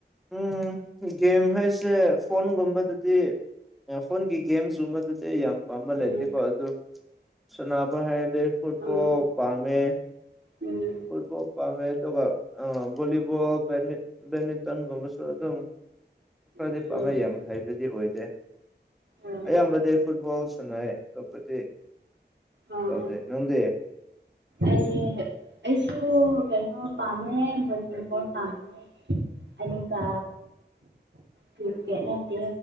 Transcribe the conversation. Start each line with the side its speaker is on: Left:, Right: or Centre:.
Centre: ꯎꯝ ꯒꯦꯝ ꯍꯥꯏꯁꯦ ꯐꯣꯟꯒꯨꯝꯕꯗꯗꯤ ꯐꯣꯟꯒꯤ ꯒꯦꯝꯁꯀꯨꯝꯕꯗ ꯑꯗꯨꯗꯤ ꯑꯩ ꯌꯥꯝ ꯄꯥꯝꯕ
Right: ꯎꯝ
Centre: ꯂꯩꯇꯦꯀꯣ ꯑꯗꯨ ꯁꯅꯥꯅꯕ ꯍꯥꯏ ꯑꯩ ꯐꯨꯠꯕꯣꯜ
Right: ꯎꯝ
Centre: ꯄꯥꯝꯃꯦ
Right: ꯎꯝ
Centre: ꯐꯨꯠꯕꯣꯜ ꯄꯥꯝꯃꯦ ꯑꯗꯨꯒ ꯑꯥ ꯕꯣꯂꯤꯕꯣꯜ ꯕꯠꯃꯤꯟꯇꯟꯒꯨꯝꯕꯁꯨ ꯑꯗꯨꯝ ꯈꯔꯗꯤ
Right: ꯎꯝ
Centre: ꯄꯥꯝꯃꯦ ꯌꯥꯝ ꯍꯩꯕꯗꯤ ꯑꯣꯏꯗꯦ
Right: ꯎꯝ
Centre: ꯑꯌꯥꯝꯕꯗꯤ ꯑꯩ ꯐꯨꯠꯕꯣꯜ ꯁꯥꯟꯅꯩ ꯑꯇꯣꯞꯄꯗꯤ
Right: ꯎꯝ
Centre: ꯇꯧꯗꯦ ꯅꯪꯗꯤ
Right: ꯑꯩ ꯑꯩꯁꯨ ꯀꯩꯅꯣ ꯄꯥꯝꯃꯦ ꯍꯣꯂꯤꯕꯣꯜ ꯄꯥꯝꯃꯦ ꯑꯗꯨꯒ ꯀ꯭ꯔꯤꯀꯦꯠ ꯅꯠꯇꯦ